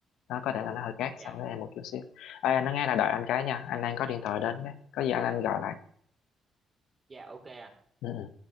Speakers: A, on the left; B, on the right.
A: nó có thể là nó hơi khác
B: Dạ
A: so với em một chút xíu Ê, anh nói nghe là đợi anh cái nha anh đang có điện thoại đến cái có gì anh anh gọi lại
B: Dạ ok ạ
A: ừ. ừ.